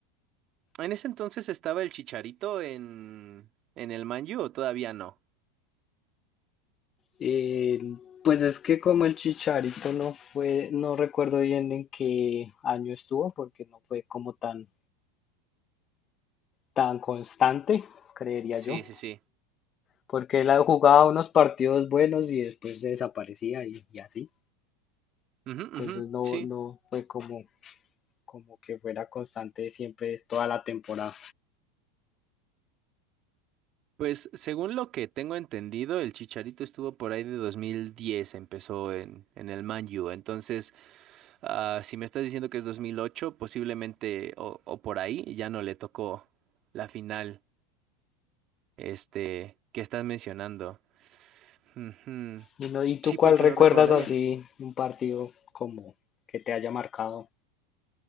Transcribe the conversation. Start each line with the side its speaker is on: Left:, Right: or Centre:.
Right: ¿En ese entonces estaba el Chicharito en, en el Man U o todavía no?
Left: Eh, pues es que como el Chicharito no fue, no recuerdo bien en qué año estuvo, porque no fue como tan, tan constante, creería
Right: Sí,
Left: yo,
Right: sí, sí.
Left: porque él jugaba unos partidos buenos y después se desaparecía y, y así.
Right: Ujú,
Left: Entonces
Right: ujú,
Left: no,
Right: sí.
Left: no fue como como que fuera constante siempre toda la temporada.
Right: Pues según lo que tengo entendido, el Chicharito estuvo por ahí de 2010. empezó en, en el Man U. Entonces, ah, si me estás diciendo que es 2008, posiblemente o, o por ahí ya no le tocó la final este, que estás mencionando. Ujú.
Left: ¿Y, no, ¿y tú
Right: Sí,
Left: cuál
Right: porque
Left: recuerdas
Right: lo recordaría.
Left: así un partido como que te haya marcado?